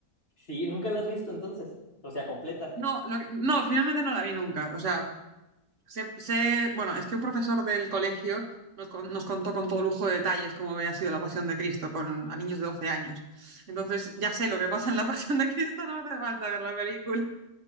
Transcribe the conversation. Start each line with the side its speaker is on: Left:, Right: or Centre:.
Left: Sí, nunca la has visto entonces, o sea, completa.
Right: No, lo que- no, finalmente no la vi nunca. O sea, sé- sé- bueno, es que un profesor del colegio nos, con- nos contó
Left: Ujú.
Right: con todo lujo de detalles cómo había sido la Pasión de Cristo con, a niños de 12 años. Entonces, ya sé lo que pasa en la <laughs> Pasión de Cristo, no hace falta ver la película.